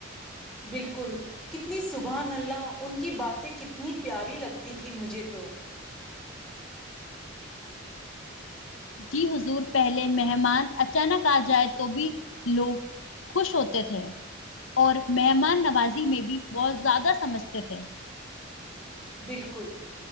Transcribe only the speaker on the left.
جی حضور پہلے مہمان اچانک آ جائے تو بھی لوگ خوش ہوتے تھے اور مہمان نوازی میں بھی بہت زیادہ سمجھتے تھے